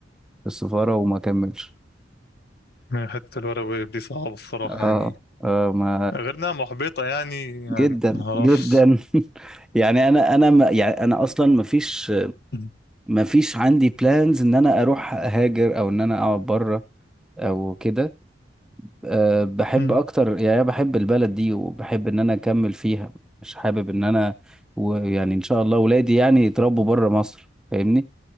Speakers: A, in the centre; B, on the left (about 55°).
A: في السفارة وما كملش
B: من حتة الورق واليد دي صعبة الصراحة
A: اه
B: يعني
A: اه ما
B: غير إنها محبطة يعني يعني
A: جدا
B: ما أعرفش
A: جدا <laughs> يعني انا انا ما يعني انا اصلا ما فيش
B: أمم،
A: ما فيش عندي بلانز ان انا اروح هاجر او ان انا اقعد بره او كده أه بحب
B: أمم.
A: اكتر يعني بحب البلد دي وبحب ان انا اكمل فيها مش حابب ان انا ويعني ان شاء الله ولادي يعني يتربوا بره مصر فاهمني